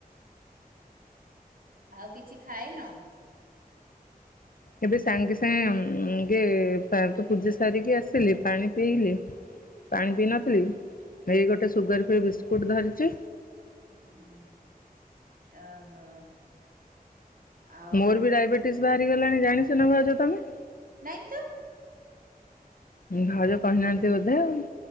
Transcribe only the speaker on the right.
ଆଉ କିଛି ଖାଇନ?
ହୁଁ, ଓହୋ। ଆଉ
ନାଇଁ ତ।